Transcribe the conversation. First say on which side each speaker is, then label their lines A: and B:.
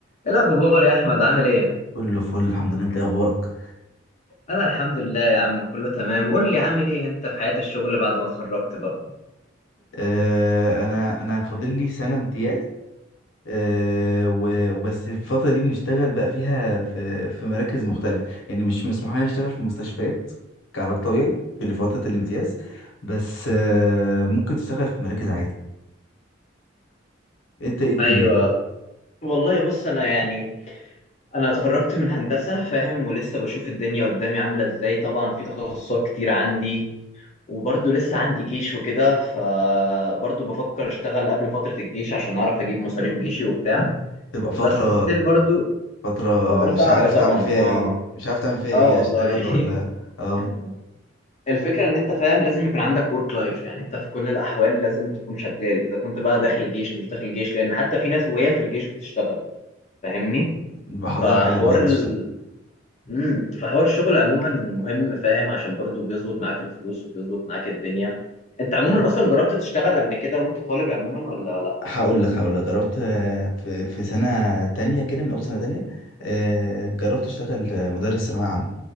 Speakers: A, on the left; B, on the left.
A: ايه الاخبار يا احمد عامل ايه
B: كله فل الحمد لله انت ايه اخبارك
A: انا الحمد لله يا عم كله تمام قول لي عامل ايه انت في حياة الشغل بعد ما اتخرجت بقى
B: آه انا انا فاضل لي سنه امتياز آه و- وبس الفتره دي بنشتغل بقى فيها في في مراكز مختلفه يعني مش مسموح لنا نشتغل في مستشفيات كعلاج طبيعي في فتره الامتياز بس آه ممكن تشتغل في مراكز عادي انت ايه الدنيا
A: ايوه والله بص انا يعني انا اتخرجت من هندسة فاهم ولسه بشوف الدنيا قدامي عاملة ازاي طبعا في تخصصات كتير عندي وبرضه لسه عندي جيش وكده فبرضه بفكر اشتغل قبل فترة الجيش عشان اعرف اجيب مصاريف جيشي وبتاع
B: تبقى فتره
A: بس ستيل برضه
B: فتره
A: فترة
B: مش
A: صعبة
B: عارف
A: طبعا
B: تعمل فيها
A: اه
B: ايه مش عارف تعمل فيها ايه
A: اه والله
B: اشتغل ولا اه
A: <laughs> الفكرة ان انت فاهم لازم يكون عندك ورك لايف يعني انت في كل الاحوال لازم تكون شغال اذا كنت بقى داخل جيش مش داخل جيش لان حتى في ناس وهي في الجيش بتشتغل فاهمني
B: بحظها
A: فحوار
B: حلو برضه
A: ال... امم فحوار الشغل عموما مهم فاهم عشان برضو بيظبط معاك الفلوس وبيظبط معاك الدنيا انت عموما اصلا جربت تشتغل قبل كده وانت طالب عموما ولا لا
B: هقول لك هقول لك جربت آه، في في سنة تانية كده من أول سنة تانية آه، جربت أشتغل آه، مدرس ثانوية عامة